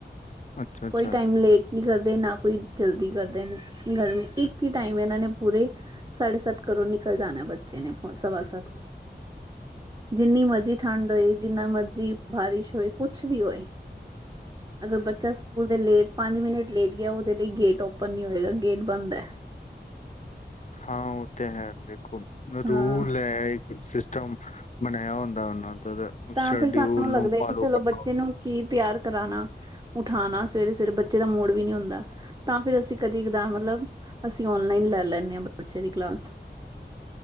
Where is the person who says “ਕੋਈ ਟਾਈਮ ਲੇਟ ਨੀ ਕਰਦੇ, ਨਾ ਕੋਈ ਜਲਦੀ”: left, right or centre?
Right